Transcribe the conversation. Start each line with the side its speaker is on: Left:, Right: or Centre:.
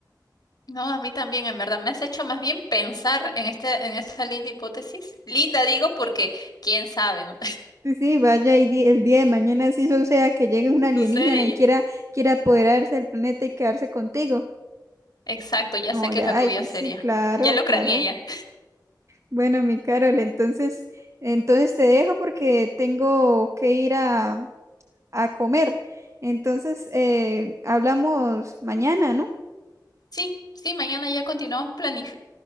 Left: No, a mí también, en verdad, me has hecho más bien pensar en este, en esta linda hipótesis. Linda digo porque quién sabe, ¿no?
Right: Sí, sí, vaya, y di- el día de mañana sí suceda que llegue un alienígena
Left: <laughs> Sucede
Right: y
Left: ya.
Right: quiera, quiera apoderarse del planeta y quedarse contigo.
Left: Exacto, ya
Right: No,
Left: sé qué
Right: ya,
Left: es lo que
Right: ay,
Left: voy a hacer
Right: sí,
Left: ya.
Right: claro,
Left: Ya lo
Right: claro.
Left: craneé ya.
Right: Bueno, mi Carol, entonces, entonces te dejo porque tengo que ir a, a comer. Entonces, eh, hablamos mañana, ¿no?
Left: Sí, sí, mañana ya continuamos planif